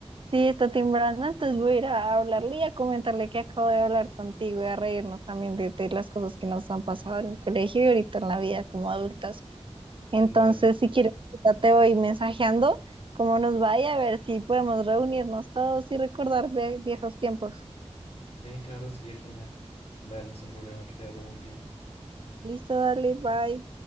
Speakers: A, on the right; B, on the left.
A: Sí, está timbrando, entonces voy a ir a hablarle y a comentarle que acabo de hablar contigo y a reírnos también de, de las cosas que nos han pasado en el colegio y ahorita en la vida como adultas. Entonces,
B: Dale,
A: si quieres, ahorita te voy mensajeando cómo nos vaya, a ver si podemos reunirnos todos y recordar ve- viejos tiempos.
B: sí, claro, sería genial. Dale, sin problema, que te vaya muy bien.
A: Listo, dale, bye.